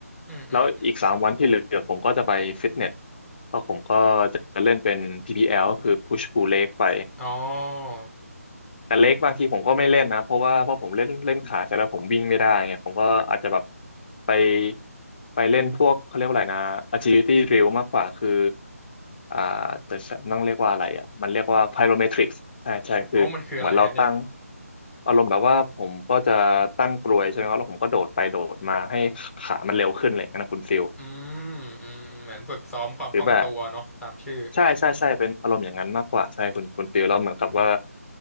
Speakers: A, in the centre; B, on the left.
A: อืมอืมอม
B: แล้วอีกสามวันที่เหลือผมก็จะไปฟิตเนสแล้วผมก็จะเล่นเป็น PPL ก็คือ Push Pull Leg ไป
A: อ๋อ
B: แต่เล็กบางทีผมก็ไม่เล่นนะเพราะว่าเพราะผมเล่นเล่นขาแต่แล้วผมวิ่งไม่ได้ไงผมก็อาจจะแบบไปไปเล่นพวกเขาเรียกว่าอะไรนะ agility drill มากกว่าคืออ่าแต่ต้องเรียกว่าอะไรอ่ะมันเรียกว่า p y r o m e t r i c s ใช่ใช่คือเหมือนเราตั้ง
A: อ๋อมันคืออะไรฮะเนี่ย
B: อารมณ์แบบว่าผมก็จะตั้งกลวยใช่ไหมครับแล้วผมก็โดดไปโดดมาให้ขามันเร็วขึ้นอะไรอย่างเงี้ยนะคุณฟิล
A: อืมอืมเหมือนฝึกซ้อมความคล่องตัวเนาะตามชื่อ
B: หรือแบบ ใช่ใช่ใช่เป็นอารมณ์อย่างนั้นมากกว่าใช่คุณคุณฟิลแล้วเหมือนกับว่า